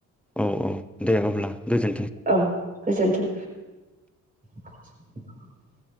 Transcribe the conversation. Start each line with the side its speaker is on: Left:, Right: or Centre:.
Centre: औ औ दे अब्ला गोजोन
Right: औ गोजोनथों। <unintelligible>